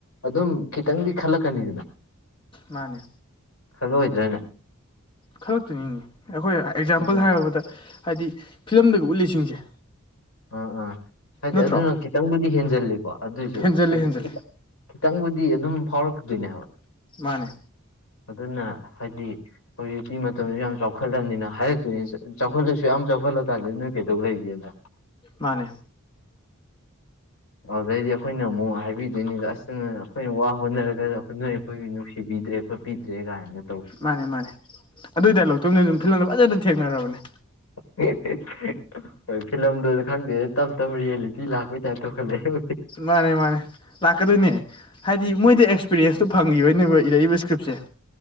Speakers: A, on the left; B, on the left.
A: ꯑꯗꯨꯝ ꯈꯤꯇꯪꯗꯤ ꯈꯜꯂꯛꯀꯅꯤꯗꯅ
B: ꯃꯥꯅꯦ
A: ꯈꯜꯂꯣꯏꯗ꯭ꯔꯅꯦ
B: ꯈꯟꯂꯛꯇꯣꯏꯅꯤꯅꯦ ꯑꯩꯈꯣꯏ ꯑꯦꯛꯖꯥꯝꯄꯜ
A: ꯑꯗꯨ
B: ꯍꯥꯏꯔꯕꯗ ꯍꯥꯏꯗꯤ ꯐꯤꯂꯝꯗꯒꯤ ꯎꯠꯂꯤꯁꯤꯡꯁꯦ
A: ꯑꯥ ꯑꯥ ꯍꯥꯏꯗꯤ
B: ꯅꯠꯇ꯭ꯔꯣ
A: ꯑꯗꯨꯅ ꯈꯤꯇꯪꯕꯨꯗꯤ ꯍꯦꯟꯖꯤꯜꯂꯤꯀꯣ ꯑꯗꯨꯑꯣꯏꯁꯨ
B: ꯍꯦꯟꯖꯜꯂꯦ
A: ꯍꯥꯏꯗꯤ
B: ꯍꯦꯟꯖꯜꯂꯦ
A: ꯈꯤꯇꯪ ꯈꯤꯇꯪꯕꯨꯗꯤ ꯑꯗꯨꯝ ꯐꯥꯎꯔꯛꯀꯗꯣꯏꯅꯦ ꯍꯥꯏꯕ
B: ꯃꯥꯅꯦ
A: ꯑꯗꯨꯅ ꯍꯥꯏꯗꯤ ꯍꯧꯖꯤꯛꯇꯤ ꯃꯇꯝꯗꯨ ꯌꯥꯝ ꯆꯥꯎꯈꯠꯂꯕꯅꯤꯅ ꯍꯥꯏꯔꯛꯇꯣꯏꯅꯤ ꯆꯥꯎꯈꯠꯂꯁꯨ ꯌꯥꯝ ꯆꯥꯎꯈꯠꯂꯀꯥꯟꯁꯤꯗ ꯅꯣꯏ ꯀꯩꯗꯧ ꯂꯩꯒꯦꯅ
B: ꯃꯥꯅꯦ
A: ꯑꯗꯨꯗꯩꯗꯤ ꯑꯩꯈꯣꯏꯅ ꯑꯃꯨꯛ ꯍꯥꯏꯕꯤꯗꯣꯏꯅꯤ ꯑꯁ ꯑꯩꯈꯣꯏꯅ ꯋꯥ ꯍꯣꯠꯅꯔꯒꯗ ꯅꯣꯏ ꯑꯩꯈꯣꯏꯒꯤ ꯅꯨꯡꯁꯤꯕꯤꯗ꯭ꯔꯦ ꯑꯩ ꯕꯤꯗ꯭ꯔꯦ ꯒꯥꯏꯅ
B: ꯃꯥꯅꯦ ꯃꯥꯅꯦ ꯑꯗꯨꯏ ꯗꯥꯏꯂꯣꯛꯇꯨꯅꯤ ꯑꯗꯨꯝ ꯐꯤꯂꯝꯗ ꯐꯖꯅ ꯊꯦꯡꯅꯔꯕꯅꯦ
A: <unintelligible> ꯍꯣꯏ ꯐꯤꯂꯝꯗꯨꯗ ꯈꯪꯗꯦ ꯇꯞ ꯇꯞ ꯔꯤꯌꯦꯂꯤꯇꯤ ꯂꯥꯛꯄꯩ ꯇꯥꯏꯞ ꯇꯧꯈꯠꯂꯛꯑ
B: ꯃꯥꯅꯦ ꯃꯥꯅꯦ ꯂꯥꯛꯀꯗꯣꯏꯅꯦ ꯍꯥꯏꯗꯤ ꯃꯣꯏꯗꯤ ꯑꯦꯁ ꯑꯦꯛꯄꯤꯔꯤꯦꯟꯁꯇꯨ ꯐꯪꯈꯤꯕꯩꯅꯦꯕ ꯏꯛꯏꯕ ꯏꯁꯀ꯭ꯔꯤꯞꯁꯦ